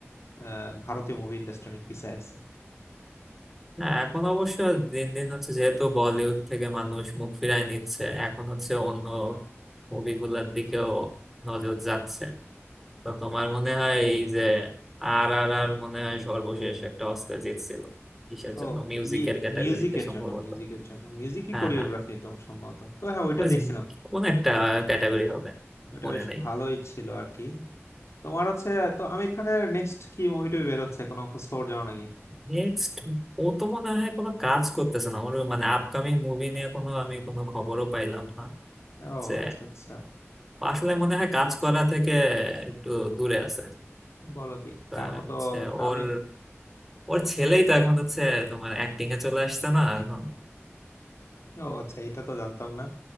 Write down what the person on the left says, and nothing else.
আহ, ভারতীয় মুভি ইন্ডাস্ট্রি অনেক পিছায় আছে
ও
ইয়ে
মিউজিকের
জন্য মিউজিকের জন্য মিউজিকই
কোরিওগ্রাফি
তো সম্ভবত তো হ্যাঁ ওইটা
দেখছিলাম
ওইটা
বেশ
ভালোই ছিল আর কি তোমার হচ্ছে তো আমির খানের নেক্সট কি মুভিটা বের হচ্ছে কোনো খোঁজ খবর জানো নাকি
ও
আচ্ছা আচ্ছা
বলো কি
তার মতো
আমির
ও আচ্ছা এটা তো জানতাম না